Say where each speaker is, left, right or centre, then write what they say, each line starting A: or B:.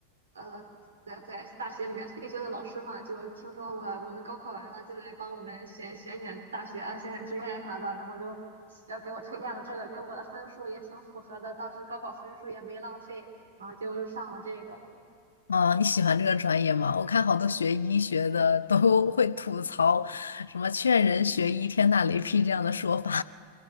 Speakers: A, on the right; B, on the left.
A: 呃在在大学里面退休的老师嘛，就听说我我们高考完了，就来帮我们选选选大学啊，选选志愿啥的，然后就呃给我推荐了这个，跟我的分数也挺符合的，当时高考分数也没浪费，然后就上了这个了。
B: 啊，你喜欢这个专业吗？我看好多学医学的都会吐槽什么“劝人学医，天打雷劈”这样的说法。